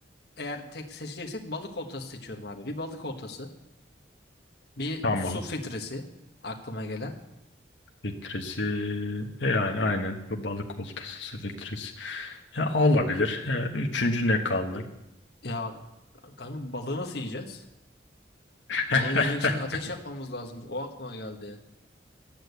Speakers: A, on the left; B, on the left.
A: eğer tek seçeceksek balık oltası seçiyorum abi. Bir balık oltası. Bir
B: Tamam.
A: su filtresi aklıma gelen.
B: Filtresi e, yani aynen bu balık oltası filtresi. Ya olabilir. Ya, üçüncü ne kaldı?
A: Ya kanka balığı nasıl yiyeceğiz?
B: <laughs>
A: Balığı yemek için ateş yapmamız lazım. O aklıma geldi.